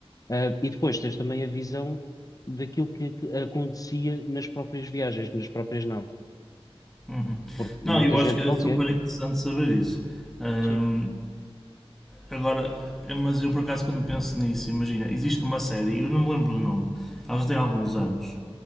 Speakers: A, on the left; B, in the centre.
A: Uh, e depois tens também a visão daquilo que, que acontecia nas próprias viagens, nas próprias não,
B: Uhum.
A: porque muita
B: Não, eu
A: gente
B: acho que era
A: falecia,
B: super
A: por
B: interessante
A: exemplo.
B: saber isso. Ahm,
A: Sim.
B: agora, eh, mas eu por acaso quando penso nisso, imagina, existe uma série, eu não me lembro do nome, ela já tem alguns anos,